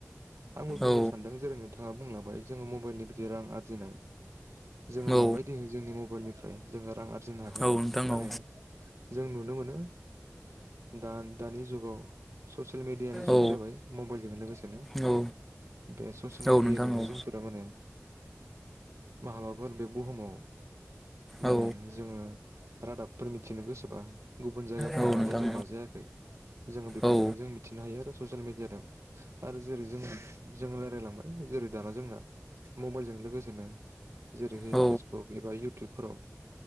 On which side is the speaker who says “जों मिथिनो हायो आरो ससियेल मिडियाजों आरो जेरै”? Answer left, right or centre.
Right